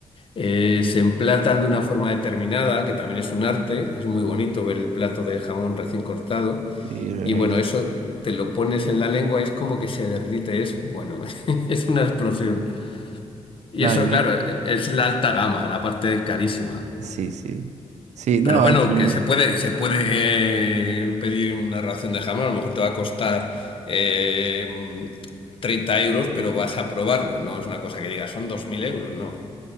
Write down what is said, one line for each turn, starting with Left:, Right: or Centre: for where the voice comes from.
Left: eh, se emplatan de una forma determinada, que también es un arte. Es muy bonito ver el plato de jamón recién cortado.
Right: Sí, los
Left: Y
Right: he
Left: bueno,
Right: visto.
Left: eso te lo pones en la lengua, es como que se derrite, es bueno, <laughs> es una explosión. Y
Right: No,
Left: eso,
Right: a mí me...
Left: claro, e-, es la alta gama, la parte carísima.
Right: Sí, sí. Sí, no,
Left: Pero bueno,
Right: aquí...
Left: que se puede, se puede eh, pedir una ración de jamón, a lo mejor te va a costar eh, 30 euros, pero vas a probarlo, no es una cosa que digas, son dos mil euros, no.